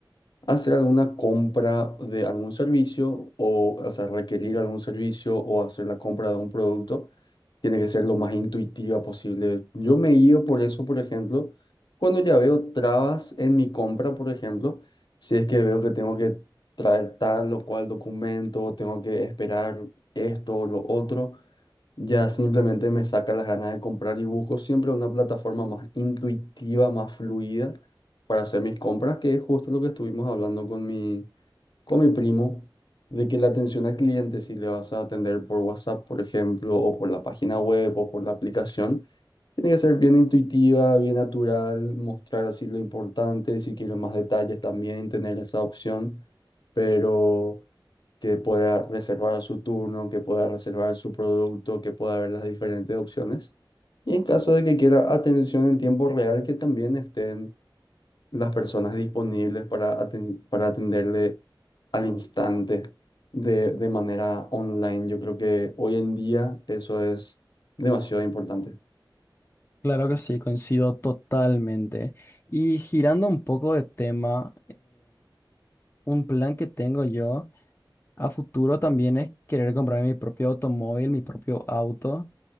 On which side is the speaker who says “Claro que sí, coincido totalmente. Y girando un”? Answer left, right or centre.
Left